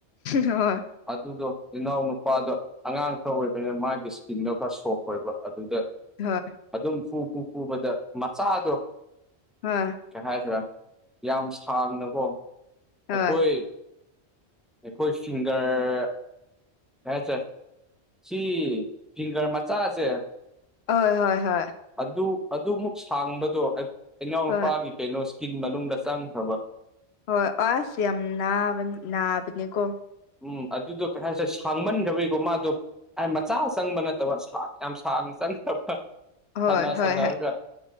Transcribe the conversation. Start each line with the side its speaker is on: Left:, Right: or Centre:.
Left: ꯍꯣꯏ
Centre: ꯑꯗꯨꯗꯨ ꯏꯅꯣ ꯅꯨꯄꯥ ꯗ ꯑꯉꯥꯡ ꯈꯔ ꯑꯣꯏꯕꯅꯤꯅ ꯃꯥꯒꯤ ꯏꯁꯀꯤꯟꯗꯣ ꯈꯔ ꯁꯣꯐ ꯑꯣꯏꯕ ꯑꯗꯨꯗ
Left: ꯍꯣꯏ
Centre: ꯑꯗꯨꯝ ꯄꯨ ꯄꯨ ꯄꯨꯕꯗ ꯃꯆꯥꯗꯣ
Left: ꯍꯣꯏ
Centre: ꯀꯩ ꯍꯥꯏꯗ꯭ꯔꯥ ꯌꯥꯝ ꯁꯥꯡꯅꯀꯣ ꯑꯩꯈꯣꯏ
Left: ꯍꯣꯏ
Centre: ꯑꯩꯈꯣꯏ ꯁꯤꯡꯒꯔ ꯍꯥꯏ ꯁꯔ ꯁꯤ ꯐꯤꯡꯒꯔ ꯃꯆꯥꯁꯦ
Left: ꯍꯣꯏ ꯍꯣꯏ ꯍꯣꯏ
Centre: ꯑꯗꯨ ꯑꯗꯨꯃꯨꯛ ꯁꯥꯡꯕꯗꯣ ꯏꯅꯥꯎꯅꯨꯄꯥꯒꯤ
Left: ꯍꯣꯏ
Centre: ꯀꯩꯅꯣ ꯏꯁꯀꯤꯟ ꯃꯅꯨꯡꯗ ꯆꯪꯈ꯭ꯔꯕ
Left: ꯍꯣꯏ ꯑꯁ ꯌꯥꯝ ꯅꯥꯕ ꯅꯥꯕꯅꯤꯀꯣ
Centre: ꯎꯝ ꯑꯗꯨꯗꯣ ꯀꯩ ꯍꯥꯏꯁꯦ ꯁꯥꯡꯃꯟꯈ꯭ꯔꯕꯩꯀꯣ ꯃꯥꯗꯣ ꯃꯆꯥ ꯆꯪꯕ ꯅꯠꯇꯕ ꯌꯥꯝ ꯁꯥꯡꯅ ꯆꯪꯗꯕ
Left: ꯍꯣꯏ
Centre: ꯁꯥꯟꯅ
Left: ꯍꯣꯏ
Centre: ꯁꯥꯟꯅꯔꯒ
Left: ꯍꯣꯏ